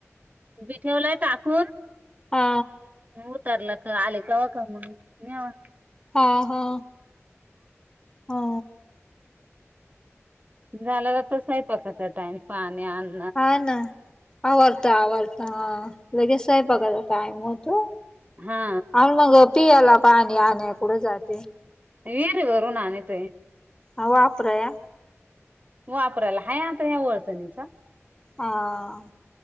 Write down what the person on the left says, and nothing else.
आ
हा, हा, हा
हायना आवरता आवरता हा लगेच स्वयंपाकाचा टाइम होतो
आणि मग पियाला पाणी आणाय कुठं जाते
हं. वापराया.
हां.